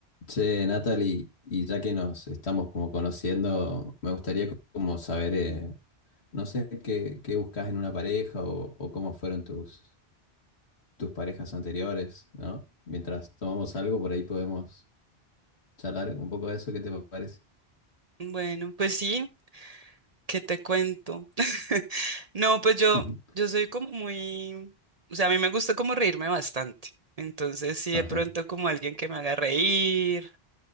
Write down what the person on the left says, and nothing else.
Che, Natalie, y ya que nos estamos como conociendo, me gustaría co- como saber, eh, no sé, qué, qué buscas en una pareja o, o cómo fueron tus, tus parejas anteriores, ¿no? Mientras tomamos algo, por ahí podemos charlar un poco de eso, ¿qué te parece?
Ujú.
Ajá,